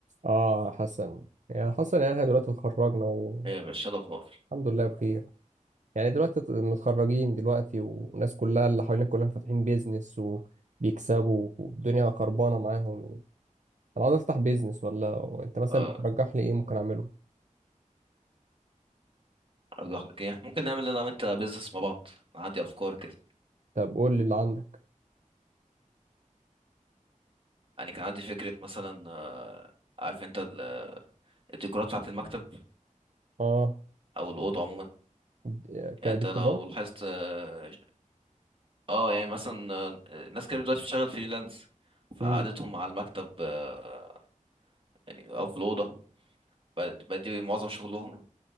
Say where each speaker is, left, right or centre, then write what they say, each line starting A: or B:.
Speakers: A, on the right (about 60°); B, on the right (about 40°).
A: اه حسن يا حسن يعني احنا دلوقتي اتخرجنا والحمد
B: ايه يا باشا إيه الاخبار
A: لله بخير يعني دلوقتي ت- متخرجين دلوقتي والناس كلها اللي حوالينا كلهم فاتحين بيزنس وبيكسبوا والدنيا خربانة معاهم انا عاوز افتح بيزنس ولا انت مثلا
B: اه
A: ترجح لي ايه ممكن اعمله
B: الله يحفظك ايه ممكن نعمل انا وانت بيزنس مع بعض انا عندي افكار كده
A: طب قول لي اللي عندك
B: يعني كان عندي فكره مثلا آه، عارف انت ال- الديكورات بتاعه المكتب
A: اه
B: او الاوضه عموما
A: د- كديكورات
B: يعني انت لو لاحظت اه آه، يعني مثلا آه، ناس كتير دلوقتي بتشتغل فريلانس فقعدتهم
A: امم
B: على المكتب آه، يعني او في الاوضه بقى- بقى دي معظم شغلهم